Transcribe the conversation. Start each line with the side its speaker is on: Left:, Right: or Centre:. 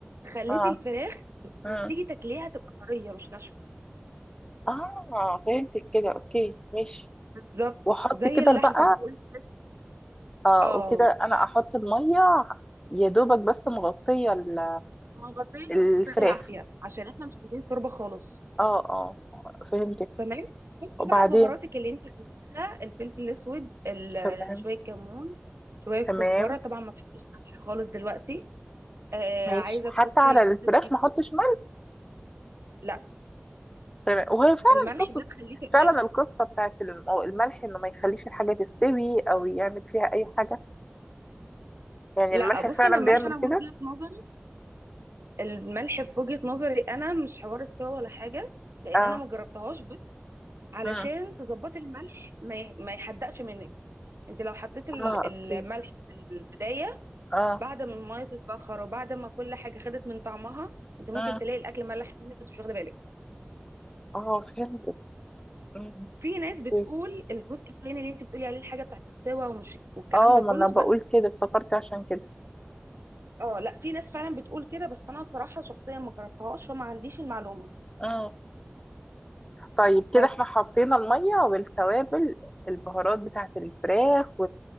Right: خليتي
Left: اه
Right: الفراخ لما
Left: مم.
Right: تيجي تاكليها تبقى طريه مش ناشفه
Left: اه فهمتك كده اوكي ماشي
Right: بالظبط
Left: واحط
Right: زي
Left: كده
Right: اللحمه
Left: بقى
Right: بيقول لك
Left: اه
Right: اه
Left: وكده انا احط الميه يا دوبك بس مغطيه ال-
Right: ما غطيش
Left: الفراخ
Right: بالعافيه عشان احنا مش عايزين شوربه خالص
Left: اه اه فهمتك
Right: تمام حطي
Left: وبعدين
Right: بقى بهاراتك اللي انت عايزاها الفلفل الاسود ال-
Left: تمام
Right: شويه كمون شويه كزبره
Left: تمام
Right: طبعا ما تحطيش ملح خالص دلوقتي آه
Left: ماشي
Right: عايزه
Left: حتى
Right: تحطي
Left: على
Right: جوزة
Left: الفراخ
Right: الطيب
Left: ما احطش ملح
Right: لا
Left: تمام وهي فعلا
Right: الملح
Left: قصه
Right: ده تخليه في الاخر
Left: فعلا القصه بتاعت الم- الملح انه ما يخليش الحاجه تستوي او يعمل فيها اي حاجه يعني
Right: لا
Left: الملح
Right: بصي
Left: فعلا
Right: انا الملح
Left: بيعمل
Right: انا
Left: كده
Right: من وجهة نظري الملح في وجهة نظري انا مش حوار السوا ولا حاجة لان
Left: اه
Right: انا ما جربتهاش بس علشان
Left: امم
Right: تظبطي الملح ما ي- ما يحدقش منك انت لو حطيت ال-
Left: اه
Right: الملح
Left: اوكي
Right: في البداية
Left: اه
Right: بعد ما المية تتبخر وبعد ما كل حاجة خدت من طعمها انت ممكن
Left: امم
Right: تلاقي الاكل ملح منك بس مش واخده بالك
Left: اه فهمت امم
Right: في ناس بتقول
Left: أوكي.
Right: الجزء الثاني اللي انت بتقولي عليه الحاجة بتاعت السوا ومش والكلام
Left: اه
Right: ده
Left: ما
Right: كله
Left: انا بقول
Right: بس
Left: كده افتكرت عشان كده
Right: اه لا في ناس فعلا بتقول كده بس انا صراحة شخصيا ما جربتهاش فما عنديش المعلومة
Left: اه طيب كده
Right: بس
Left: احنا حطينا الميه والتوابل البهارات بتاعت الفراخ